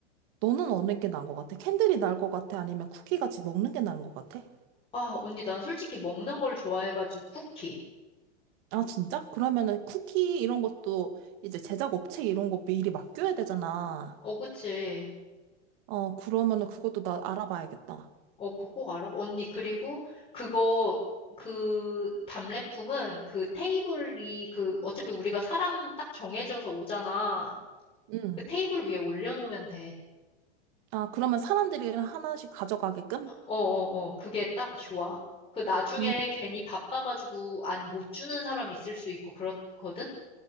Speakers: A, on the right; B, on the left.
A: 너는 어느 게 나은 것 같아? 캔들이 나을 것 같아? 아니면 쿠키 같이 먹는 게 나은 것 같아?
B: 아, 언니 난 솔직히 먹는 걸 좋아해가지고 쿠키.
A: 아, 진짜? 그러면은 쿠키 이런 것도 이제 제작 업체 이런 거 미리 맡겨야 되잖아.
B: 어, 그치.
A: 어, 그러면은 그것도 나 알아봐야겠다.
B: 어, 그거 꼭 알아? 언니, 그리고 그거, 그 답례품은 그 테이블이 그 어차피 우리가 사람 딱 정해져서 오잖아.
A: 응.
B: 그 테이블 위에 올려놓으면 돼.
A: 아, 그러면 사람들이 하나씩 가져가게끔?
B: 어어어, 그게 딱 좋아. 그 나중에
A: 음.
B: 괜히 바빠가지고 안 못 주는 사람 있을 수 있고 그렇거든?